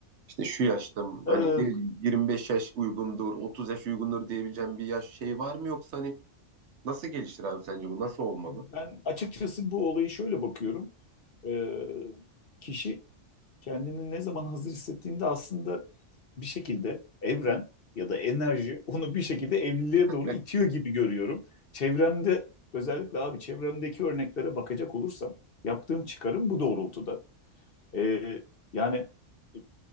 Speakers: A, on the right (about 65°); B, on the left (about 50°).
A: İşte şu yaşta mı?
B: Ee,
A: hani ne bileyim 25 yaş uygundur, 30 yaş uygundur diyebileceğim bir yaş şey var mı yoksa hani Nasıl geliştir abi sence bu? Nasıl olmalı?
B: ben açıkçası bu olayı şöyle bakıyorum. Ee, kişi kendini ne zaman hazır hissettiğinde aslında bir şekilde evren ya da enerji onu bir şekilde evliliğe
A: <laughs>
B: doğru itiyor gibi görüyorum. Çevremde özellikle abi çevremdeki örneklere bakacak olursam yaptığım çıkarım bu doğrultuda. Ee, yani e,